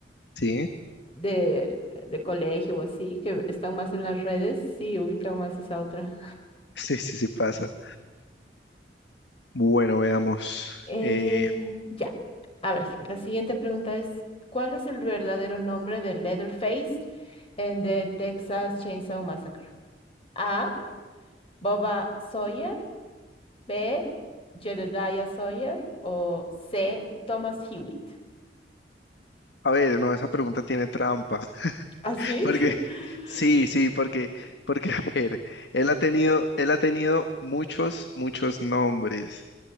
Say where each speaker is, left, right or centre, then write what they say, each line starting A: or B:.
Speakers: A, on the left (about 75°); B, on the left (about 30°).
A: Sí,
B: de, de colegio o así, que están más en las redes, sí, ubican más esa otra.
A: sí, sí, sí pasa. Bueno, veamos.
B: Eh,
A: Eh,
B: ya. A ver, la siguiente pregunta es, ¿cuál es el verdadero nombre de Leatherface en The Texas Chainsaw Massacre? A. Boba Sawyer. B. Jedediah Sawyer. O C. Thomas Hewitt.
A: a ver, no, esa pregunta tiene trampa. <laughs>
B: ¿Ah, sí?
A: Porque,
B: <laughs>
A: sí, sí, porque, porque, a ver, él ha tenido, él ha tenido muchos, muchos nombres.